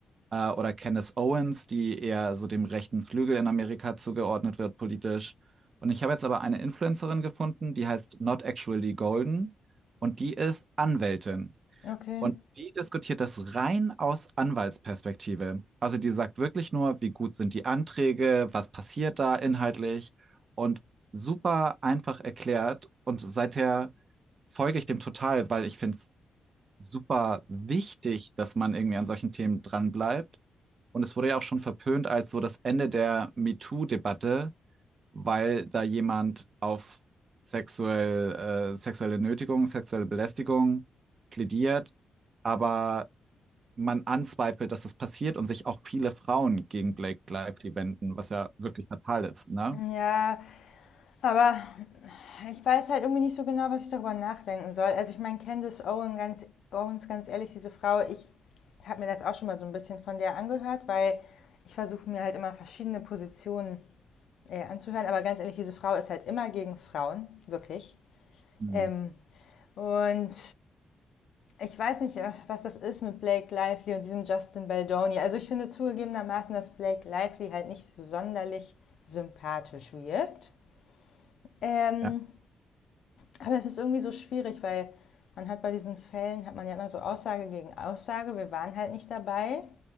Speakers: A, on the right; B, on the left.
A: Äh, oder Candace Owens, die eher so dem rechten Flügel in Amerika zugeordnet wird politisch. Und ich habe jetzt aber eine Influencerin gefunden, die heißt Not Actually Golden und die ist Anwältin.
B: okay.
A: Und die diskutiert das rein aus Anwaltsperspektive. Also die sagt wirklich nur, wie gut sind die Anträge, was passiert da inhaltlich und super einfach erklärt. Und seither folge ich dem total, weil ich finde es super wichtig, dass man irgendwie an solchen Themen dranbleibt. Und es wurde ja auch schon verpönt als so das Ende der MeToo-Debatte, weil da jemand auf sexuell, äh, sexuelle Nötigung, sexuelle Belästigung plädiert. Aber man anzweifelt, dass das passiert und sich auch viele Frauen gegen Blake Lively wenden, was ja wirklich fatal ist, ne?
B: Ja, aber ich weiß halt irgendwie nicht so genau, was ich darüber nachdenken soll. Also ich meine, Candice Owens ganz, Owens, ganz ehrlich, diese Frau, ich habe mir das auch schon mal so ein bisschen von der angehört, weil ich versuche mir halt immer verschiedene Positionen äh, anzuhören. Aber ganz ehrlich, diese Frau ist halt immer gegen Frauen, wirklich.
A: Hm.
B: Ähm, und Ich weiß nicht, äh, was das ist mit Blake Lively und diesem Justin Baldoni. Also ich finde zugegebenermaßen, dass Blake Lively halt nicht sonderlich sympathisch wirkt. Ähm,
A: Ja,
B: aber es ist irgendwie so schwierig, weil man hat bei diesen Fällen, hat man ja immer so Aussage gegen Aussage. Wir waren halt nicht dabei.